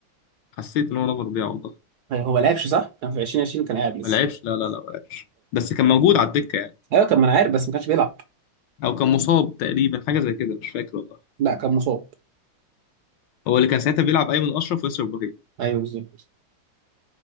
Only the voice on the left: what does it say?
حسيت ان هو رام ربيعة والله
ما لعبش لا لا لا ما لعبش بس كان موجود على الدكة يعني
او كان مصاب تقريبا حاجة زي كده مش فاكر والله
هو اللي كان ساعتها بيلعب ايمن اشرف وياسر ابراهيم